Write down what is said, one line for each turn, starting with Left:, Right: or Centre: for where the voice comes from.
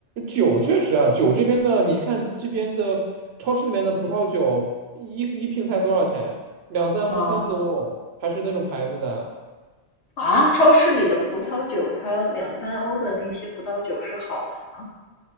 Right: 酒，确实啊，酒这边的，你看这边的超市里面的葡萄酒，一一瓶才多少钱？两三欧、
Left: 啊。哦
Right: 三四欧，还是那种牌子的。
Left: 啊，超市里的葡萄酒，它两三欧的那些葡萄酒是好的吗？